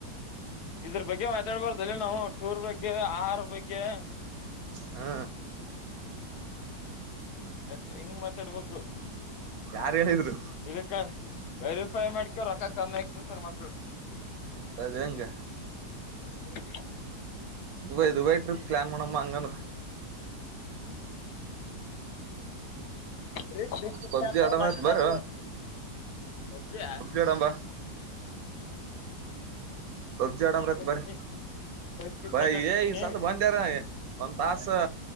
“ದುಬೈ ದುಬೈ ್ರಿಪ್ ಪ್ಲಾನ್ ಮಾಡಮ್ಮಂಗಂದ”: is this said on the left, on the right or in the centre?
Right